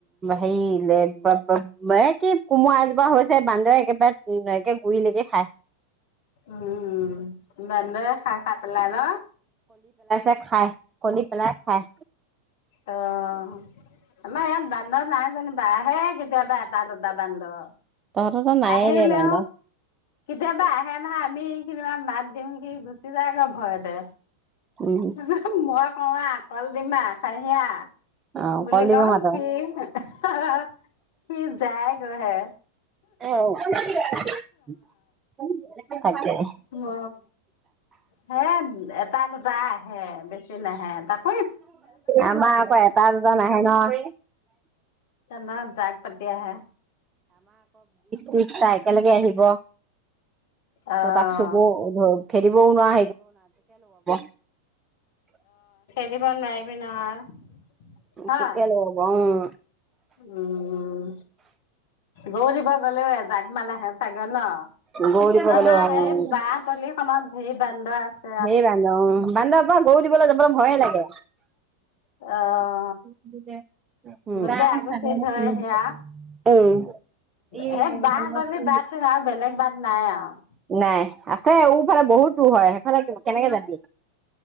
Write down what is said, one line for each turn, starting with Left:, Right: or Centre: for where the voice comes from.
Right: হেৰি লেকবোৰত ব ক বাইচি কোমোৰা এজোপা হৈছে বান্দৰে একেবাই গুৰিলৈকে খায়
Left: উম', বান্দৰে খাই খাই পেলাই ন।
Right: এ খায় কলি পেলাই খায়।
Left: অ', আমাৰ ইয়াত বান্দৰ নাই কেতিয়াবা আহে কেতিয়াবা এটা দুটা বান্দৰ
Right: তহঁতৰ ত নায়ে
Left: আহিলেও
Right: দে বান্দৰ
Left: কেতিয়াবা আহে নহাই আমি মাত দিওঁ সি গুচি যায় আকৌ ভয়তে।
Right: উম
Left: হু হু হু মই অ আ কল ডিম আহ খাহি আহ
Right: অ
Left: বুলি
Right: কলডিব
Left: কওঁ
Right: মাতৰ
Left: সি হা হা হা সি যায় হে
Right: এই, <unintelligible>
Left: অহ হে এটা দুটা আহে বেছি নাহে তাত
Right: আমাৰ আকৌ এটা দুটা নাহে নহয়। <inaudible>
Left: আমাৰ জাক পাতি আহে।
Right: বিছটা একেলগে আহিব
Left: আহ
Right: ত তাক চুব খেদিবও নোৱা <unintelligible>
Left: সেইবাৰ নাইলি নহয় হয়
Right: তাকে ল'ব উম
Left: উম গৰু দিবলৈ গলেও এজাক মান ছাগল ন
Right: গৌৰীব
Left: তাৰ
Right: গলে
Left: নাম
Right: উম
Left: হেই বাস
Right: সেই বান্দৰ উম বান্দৰ পৰা গৰু দিবলৈ যাব ভয়ে লাগে।
Left: অ'
Right: উম
Left: গোটেই আগু চিত হয় সেয়া সেই বাহঁতলে বাট সেয়া বেলেগ বাট নাই আৰু
Right: নাই আহ সেইফালে বহুত দূৰ‌ হয় সেইফালে কেনেকে যাবি